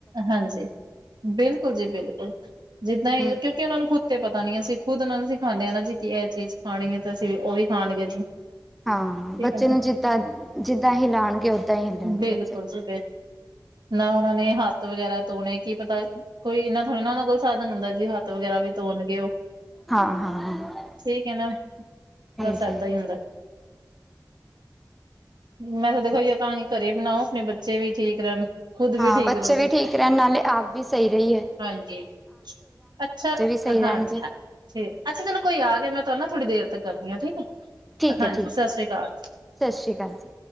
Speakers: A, on the right (about 75°); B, in the centre.
A: ਹਾਂਜੀ। ਬਿਲਕੁਲ ਜੀ, ਬਿਲਕੁਲ ਜਿੱਦਾਂ ਹੀ
B: ਹਮ
A: ਕਿਉਂਕਿ ਉਹਨਾਂ ਨੂੰ ਖੁ ਤੇ ਪਤਾ ਨੀ ਅਸੀਂ ਖੁਦ ਉਹਨਾ ਨੂੰ ਸੀ ਖਾਂਦੇ ਹ ਨਾ ਜੀ ਕੀ ਇਹ ਚੀਜ਼ ਖਾਣੀ ਹੈ ਤੇ ਅਸੀਂ ਉਹ ਵੀ ਖਾਣਗੇ ਜੀ।
B: ਹਾਂ,
A: ਠੀਕ
B: ਬੱਚੇ
A: ਐ ਨਾ,
B: ਨੂੰ ਜਿੱਦਾਂ ਜਿੱਦਾਂ ਹੀ ਲਉਣਗੇ ਓਦਾਂ ਹੀ ਹਲਣਗੇ
A: ਬਿਲਕੁਲ
B: ਬੱਚੇ।
A: ਜੀ ਨਾ ਓਹਨਾ ਨੇ ਹਥ ਹੱਥ ਵਗੈਰਾ ਧੋਣੇ ਕੀ ਪਤਾ ਕੋਈ ਇਨਾ ਥੋੜ੍ਹੀ ਨਾ ਉਹਨਾਂ ਕੋਲ ਸਾਧਨ ਹੁੰਦਾ ਜੀ ਹੱਥ ਵਗੈਰਾ ਵੀ ਧੋਣਗੇ ਉਹ।
B: ਹਾਂ- ਹਾਂ- ਹਾਂ।
A: ਠੀਕ ਹੈ ਨਾ।
B: ਹਾਂਜੀ
A: ਬਸ ਇਦਾਂ ਹੀ ਹੁੰਦਾ।
B: <inaudible>
A: ਮੈਂ ਤਾਂ ਦੇਖੋ ਜ ਤਾਂ ਹੀ ਘਰੇ ਬਣਾਓ ਆਪਣੇ ਬੱਚੇ ਵੀ ਠੀਕ ਰਹਿਣ ਖੁੱਦ
B: ਹਾਂ
A: ਵੀ ਠੀਕ
B: ਬੱਚੇ
A: ਰੋਹੋ।
B: ਵੀ ਠੀਕ ਰਹਿਣ ਨਾਲੇ ਆਪ ਵੀ ਸਹੀ ਰਹੀ ਏ।
A: ਹਾਂਜੀ। ਅੱਛਾ।
B: ਸਹੀ
A: ਹਾਂਜੀ,
B: ਰਹਿਣਗੇ
A: ਠੀਕ ਅੱਛਾ ਚਲੋ ਕੋਈ ਆ, ਕੇ ਮੈਂ ਤੁਹਾਨਾ ਥੋੜੀ ਦੇਰ ਤੱਕ ਕਰਦੀ ਹਾਂ ਠੀਕ।
B: ਠੀਕ
A: ਹਾਂਜੀ,
B: ਹੈ ਠੀਕ
A: ਸਤਿ ਸ੍ਰੀ ਅਕਾਲ।
B: ਸਤਿ ਸ਼੍ਰੀ ਅਕਾਲ ਜੀ।